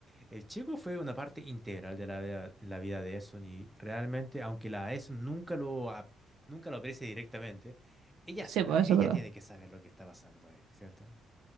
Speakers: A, in the centre; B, on the right (about 80°).
A: El chico fue una parte integral de la vida, la vida de Eson y realmente, aunque la Eson nunca lo, ap- nunca lo aprecie directamente, ella
B: Sí,
A: sabe,
B: pues eso
A: ella
B: es verdad.
A: tiene que saber lo que está pasando ahí, cierto